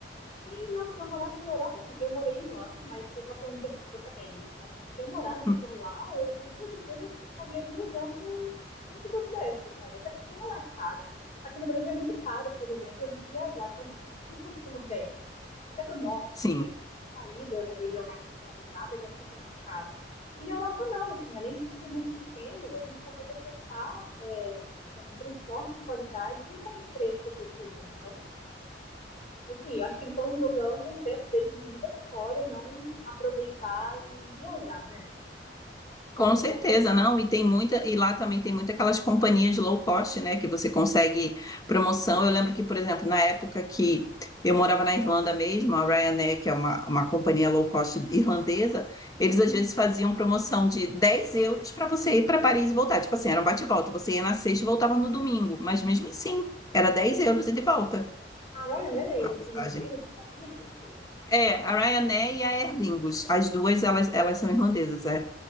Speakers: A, on the left; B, on the left.
A: Sim, nossa, se eu morasse na Europa, sim. Eu morei um ano, mas foi só para um intercâmbio acadêmico. Mas se eu morasse
B: Hum,
A: por lá, eu com toda certeza ficaria viajando sempre que eu pudesse, sabe? Até porque não é caro. Aqui no Brasil é muito caro, por exemplo, a gente viajar tanto para o sul quanto para o nordeste. Até para o norte
B: Sim.
A: também. Se a gente sair da da região mais centralizada, já fica muito caro. E na Europa não, assim, além de ser tudo muito pequeno, a gente consegue acessar é, com transporte de qualidade e com preço acessível. Então, Assim, eu acho que eles estão jogando um tempo deles de vida fora e não aproveitar e viajar, né?
B: Com certeza, não. E tem muita, e lá também tem muitas aquelas companhias low cost, né? Que você consegue promoção. Eu lembro que, por exemplo, na época que eu morava na Irlanda mesmo, a Ryanair, que é uma, uma companhia low cost irlandesa,
A: Uhum.
B: eles às vezes faziam promoção de 10 euros para você ir para Paris e voltar. Tipo assim, era um bate-volta. Você ia na sexta e voltava no domingo. Mas mesmo assim, era 10 euros e de volta
A: A Royal era
B: a
A: il-
B: passagem.
A: irlandesa, eu não sabia disso.
B: É, a Ryanair e a Aer Lingus. As duas, elas, elas são irlandesas, é.